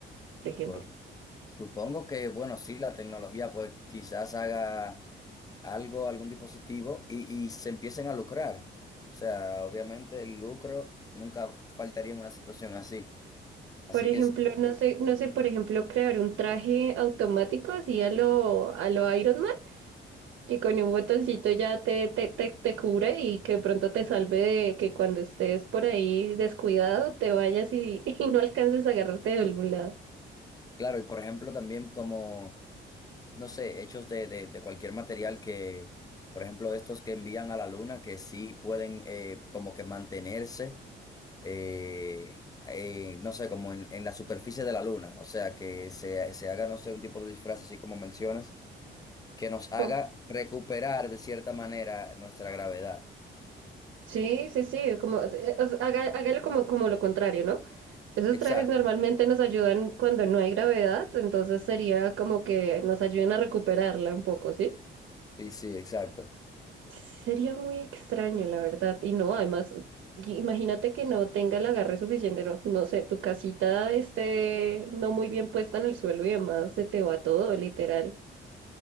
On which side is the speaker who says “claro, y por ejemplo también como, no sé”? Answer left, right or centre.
Left